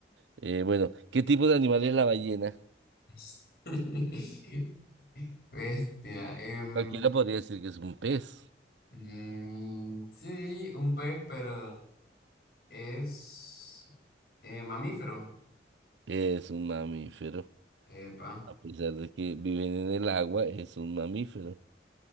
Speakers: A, on the right (about 80°); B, on the left (about 60°).
A: Eh, bueno, ¿qué tipo de animal es la ballena?
B: <laughs> Bestia. em,
A: Cualquiera podría decir que es un pez,
B: mm, sí, un pez, pero es eh, mamífero.
A: es un mamífero,
B: Epa.
A: a pesar de que viven en el agua, es un mamífero.